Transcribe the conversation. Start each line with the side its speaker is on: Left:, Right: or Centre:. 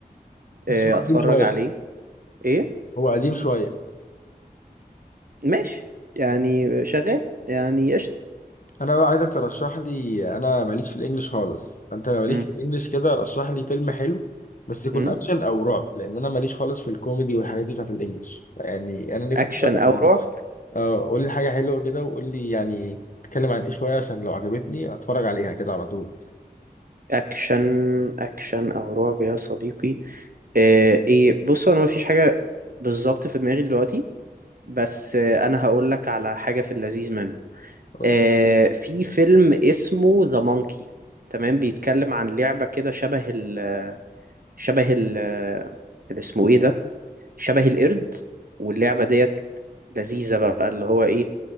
Left: بس
Right: آه،
Left: هو
Right: اتفرج
Left: قديم شوية
Right: عليه ايه
Left: هو قديم شوية
Right: ماشي يعني شغال يعني قشطة
Left: أنا بقى عايزك ترشح لي أنا ماليش في الإنجليش خالص فأنت لو ليك
Right: امم
Left: في الإنجليش كده رشح لي فيلم حلو بس يكون
Right: مم.
Left: أكشن أو رعب لأن أنا ماليش خالص في الكوميدي والحاجات دي بتاعت الإنجليش يعني أنا نفسي
Right: اكشن
Left: أتفرج على
Right: او رعب
Left: اه قول لي حاجة حلوة كده وقول لي يعني تتكلم عن ايه شوية عشان لو عجبتني اتفرج عليها كده على طول
Right: اكشن اكشن او رعب يا صديقي آه، ايه بص انا مفيش حاجه بالظبط في دماغي دلوقتي بس آه، انا هقول لك على حاجه في اللذيذ منه
Left: قول
Right: آه،
Left: لي
Right: في فيلم اسمه ذا مونكي تمام بيتكلم عن لعبه كده شبه ال شبه ال اللي اسمه ايه ده شبه القرد واللعبه ديت لذيذه بقى اللي هو ايه